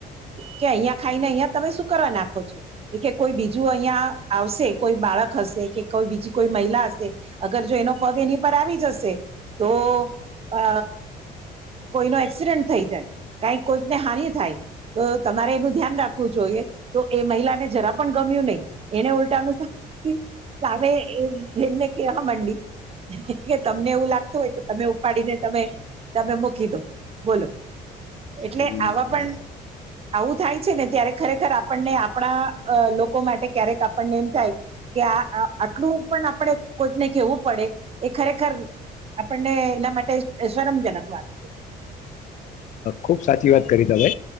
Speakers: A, on the right; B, on the left.
A: કે <unintelligible> ખાઈને <unintelligible> તમે શું કરવા નાખો છો એ કે કોઈ બીજું <unintelligible> આવશે કોઈ બાળક હશે કે કોઈ બીજી કોઈ મહિલા હશે અગર જો એનો પગ એની પર આવી જશે તો અ કોઈનો એક્સિડન્ટ થઈ જાય કઈ કોઈકને હાનિ થાય તો તમારે એનું ધ્યાન રાખવું જોઈએ તો એ મહિલાને જરા પણ ગમ્યું નહી એને ઉલટાનું સામેનને કેવા મંડી કે તમને એવું લાગતું હોય તો તમે ઉપાડીને તમે તમે મૂકી દો બોલો એટલે
B: હમ,
A: આવા પણ આવું થાય છે, ને ત્યારે ખરેખર આપણને આપણા લોકો માટે ક્યારેક આપણને એમ થાય કે આ આટલું પણ આપણે કોઈકને કેવું પડે એ ખરેખર આપણને એના માટે શરમજનક વાત છે.
B: ખુબ સાચી વાત કરી તમે